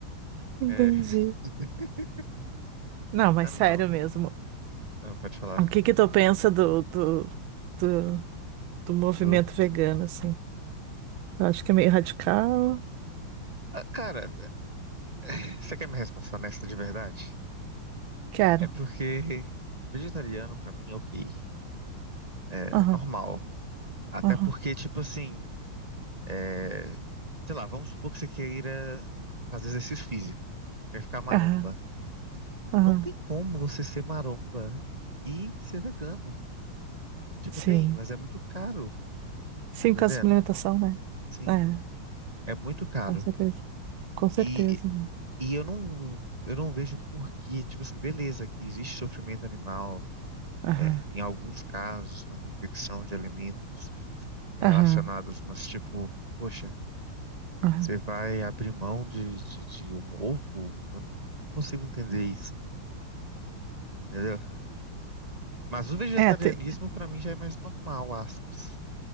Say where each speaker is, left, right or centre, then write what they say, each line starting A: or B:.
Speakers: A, on the right (about 75°); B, on the right (about 20°).
A: entendi.
B: É. <laughs>
A: Não, mas
B: Ah, não.
A: sério mesmo.
B: Ah, pode falar.
A: O que que tu pensa do, do, do, do movimento
B: Du.
A: vegano, assim? Eu Acho que é meio radical.
B: Ah, cara, <laughs> você quer me resposta nessa de verdade?
A: Quero.
B: É porque vegetariano pra mim é ok. É
A: Aham,
B: normal. Até
A: aham,
B: porque, tipo assim, é... sei lá, vamos supor que você queira fazer exercício físico, quer ficar maromba.
A: aham, aham.
B: Não tem como você ser maromba e ser vegano. Tipo,
A: Sim.
B: tem, mas é muito caro.
A: Sim,
B: Tá Entendendo?
A: por causa da suplementação, né?
B: Sim,
A: É,
B: é muito caro.
A: com certeza. Com certeza.
B: E, e eu não, eu não vejo por que, tipo assim, beleza, que existe sofrimento animal,
A: Aham,
B: é, em alguns casos, na confecção de alimentos relacionados,
A: aham,
B: mas tipo, poxa,
A: aham.
B: você vai abrir mão de, de, de um ovo? Eu não consigo entender isso, entendeu? Mas o vegetarianismo,
A: É, é, tem,
B: pra mim, já é mais normal, aspas.